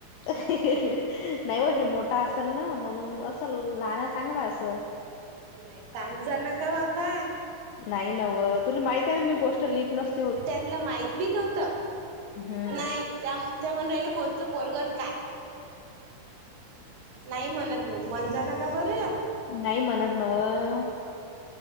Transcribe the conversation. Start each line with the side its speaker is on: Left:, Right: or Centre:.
Left: नाही हो हे मोठा असल ना म्हणून असल लहान चांगला असल.
Right: नाही कांग जा ना का बापा
Left: नाही नव तुला माहित आहे, ना मी गोष्ट लीक नस
Right: त्यांना माहिती नव्हत
Left: हम्म
Right: नाही, त्या त्या म्हणून राहिलं कोणचं पोरगण काय? नाही म्हणत मण मन जाना का बरं
Left: नाही म्हणत नवं